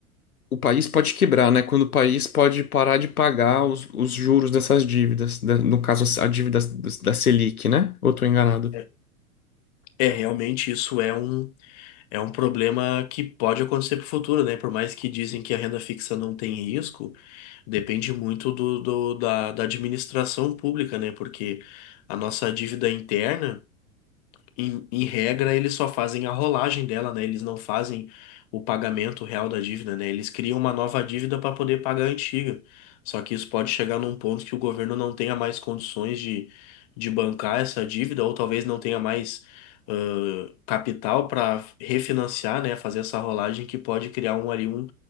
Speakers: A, on the left; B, on the left.
A: o país pode quebrar, né? Quando o país pode parar de pagar os, os juros dessas dívidas, da- no caso a dívida da da Selic, né? Ou tô enganado?
B: É, é, realmente isso é um, é um problema que pode acontecer para o futuro, né? Por mais que dizem que a renda fixa não tem risco, depende muito do, do- da, da administração pública, né? Porque a nossa dívida interna. em, em regra, eles só fazem a rolagem dela, né? Eles não fazem o pagamento real da dívida, né? Eles criam uma nova dívida para poder pagar a antiga. Só que isso pode chegar num ponto que o governo não tenha mais condições de, de bancar essa dívida, ou talvez não tenha mais ãh, capital para refinanciar, né? Fazer essa rolagem que pode criar um, ali um,